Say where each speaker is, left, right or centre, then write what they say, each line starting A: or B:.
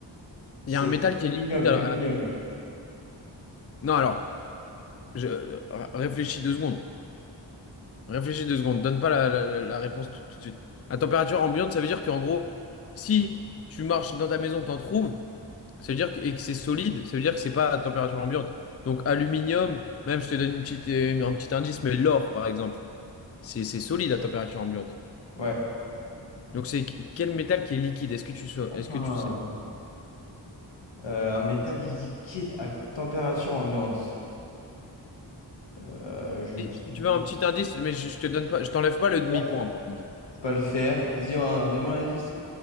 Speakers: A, on the left; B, on the left.
A: C'est
B: Il y a un métal qui
A: l'aluminium,
B: est liquide à...
A: l'aluminium.
B: à- Non, alors, je... euh, réfléchis deux secondes. Réfléchis deux secondes. Donne pas la, la- la- la réponse tout tout de suite. À température ambiante, ça veut dire qu'en gros, si tu marches dans ta maison, t'en trouves. Ça veut dire que, et que c'est solide, ça veut dire que c'est pas à température ambiante. Donc aluminium, même si je te donne une petite, euh, un petit indice, mais l'or par exemple, c'est c'est solide à température ambiante.
A: Ouais.
B: Donc c'est quel métal qui est liquide? Est-ce que tu sais?
A: Ah.
B: Est-ce que tu sais?
A: Euh, un métal liquide à température ambiante. Euh, je
B: Si
A: dis
B: si
A: le
B: tu veux un petit indice, mais je, je te donne pas, je t'enlève pas le demi-point
A: fer.
B: pour l'indice.
A: C'est pas le fer. Dis un, demande un indice.